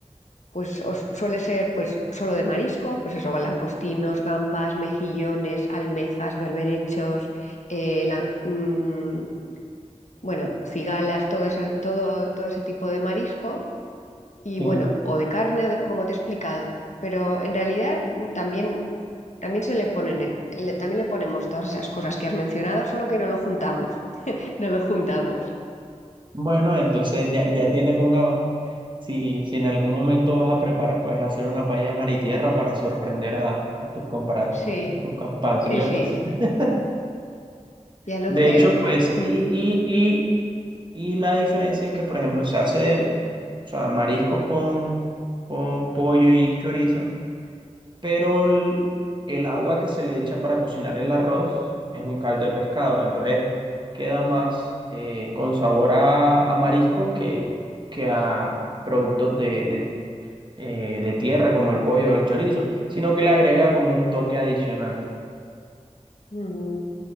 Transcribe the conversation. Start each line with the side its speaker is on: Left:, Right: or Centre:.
Left: pues os- suele ser pues solo de marisco, pues eso, langostinos, gambas, mejillones, almejas, berberechos, eh, la- mm, bueno, cigalas, todo, esa- todo, todo ese tipo de marisco y
Right: sí.
Left: bueno, o de carne o de como te he explicado, pero en realidad mm, también, también se le ponen, en- le- también le ponemos todas esas cosas que has mencionado, solo que no lo juntamos, <laughs> no lo juntamos.
Right: Bueno, entonces ya, ya tienes una, si, si en algún momento vas a preparar, pues hacer una paella mar y tierra para sorprender a, a tus, compra-
Left: Sí,
Right: tus compatriotas.
Left: sí, sí,
Right: <laughs>
Left: ya lo
Right: De
Left: creo.
Right: hecho, pues,
Left: Mm.
Right: y, y, Y la diferencia es que, por ejemplo, se hace de, o sea, mariscos con, con pollo y chorizo, pero el, el agua que se le echa para cocinar el arroz es un caldo de pescado, entonces queda más eh, con sabor a, a mariscos que, que a productos de, de, eh, de tierra como el pollo o el chorizo, sino que le agrega como un toque adicional.
Left: Mm,